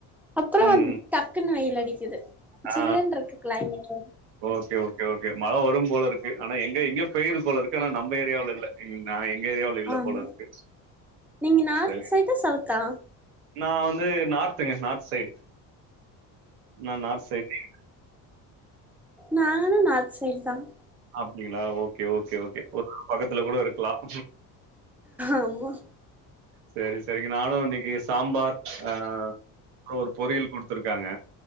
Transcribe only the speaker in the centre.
அப்றோ
டக்குன்னு வெயில் அடிக்குது சில்லுனு
இருக்கு கிளைமேட்
ஆமா
நீங்க நார்த்
சைடா சவுத்தா
நானு நார்த் சைட் தான்
ஆமா